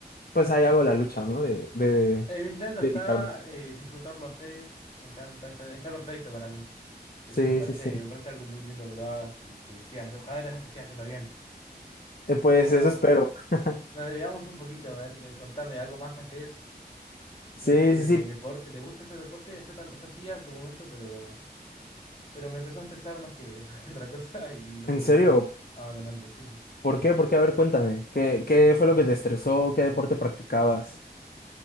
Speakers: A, on the left (about 60°); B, on the left (about 30°).
A: pues ahí hago la lucha, ¿no? De, de
B: El intento
A: dedicarme.
B: está,
A: a eso.
B: eh, disfrutarlo haces, me encanta, está, está perfecto para mí. De
A: Sí,
B: hecho, me parece,
A: sí, sí.
B: me parece algo muy lindo que lo hagas y que seas, ojalá que te, te siga haciendo bien.
A: Eh, pues
B: Pero bueno,
A: eso espero. <laughs>
B: nos desviamos un poquito, a ver, que, contame algo más que haces.
A: Sí,
B: Dijiste
A: sí, sí.
B: deporte, ¿te gusta hacer deporte? Yo también, yo sí en su momento, pero, pero me empezó a estresar más que <laughs> que otra cosa y lo
A: En
B: terminé
A: serio,
B: abandonando, sí, sí.
A: ¿por qué? ¿Por qué? A ver, cuéntame. ¿Qué, qué fue lo que te estresó? ¿Qué deporte practicabas?